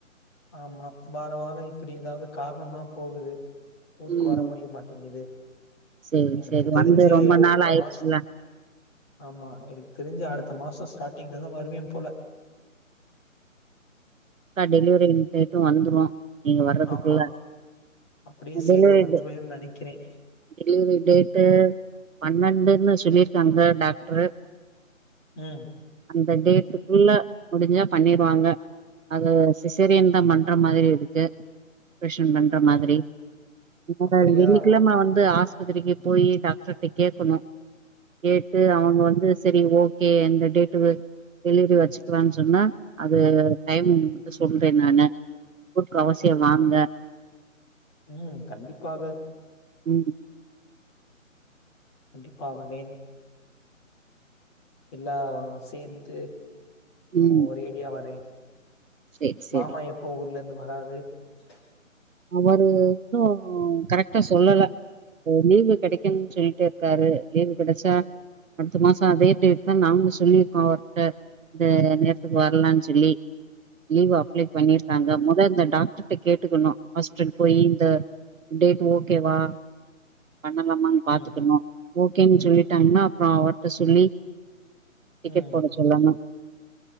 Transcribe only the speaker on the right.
ம்
செரி
செரி
வந்து ரொம்ப
நாள் ஆயிடுச்சுல்ல
டெலிவெரி டேட்டும் வந்துரு நீங்க வர்றதுக்குள்ள
டெலிவரி
டெலிவரி டேட்டு பன்னெண்டுன்னு சொல்லிரு ங்க டாக்டரு
இந்த டேட்டுக்குள்ள முடிஞ்சா பண்ணிருவாங்க அது சிசரியன் தா பண்ற மாரி இருக்கு ப்ரேஷன் பண்ற மாத்ரி
<unintelligible>
வெள்ளிக்கெழம வந்து ஆஸ் பத்திரிக்கு போய் டாக்டர்ட்ட கேக்கணூ கேட்டு அவுங்க வந்து செரி ஓகே எந்த டேட்டு டெலிவரி வச்சுக்கலான் சொன்னா அது டைம் <inaudible> சொல்றே நானு ஊர்க்கு அவசியோ வாங்க.
ம்
ம்
சேரி சேரி
வர் இன்னூ கரெட்டா சொல்லல உ லீவு கெடைக்குன் சொல்லிட்டேருக்காரு லீவு கெடைச்சா அடுத்த மாசோ அதே டேட் தா நாங்களூ சொல்லிருக்கோ அவர்ட்ட இந்த நேரத்துக்கு வரலான் சொல்லி லீவு அப் ப் ளை பண்ணிருக்காங்க
மொத அந்த டாக்டர் ட கேட்டுக்கணூ ஹாஸ்ப்டல் போயி இந்த டேட் ஓகேவா பண்ணலாமான்னு பாத்துக்கணூ
ஓகேன் சொல்லிட்டாங்கன்னா அப் அப்றோ அவட்ட சொல்லி டிக்கெட்
போட சொல்லாமா